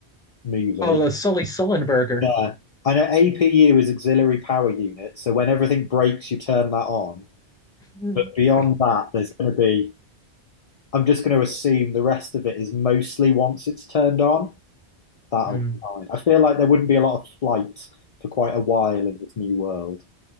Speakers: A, on the left; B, in the centre.
A: movie.
B: oh, the Sully Sullenberger.
A: Yeah. I know APU is auxiliary power unit, so when everything breaks, you turn that on.
B: <laughs>
A: But beyond that, there's going to be, I'm just going to assume the rest of it is mostly once it's turned on, that'll
B: Hmm.
A: be fine. I feel like there wouldn't be a lot of flight for quite a while in this new world.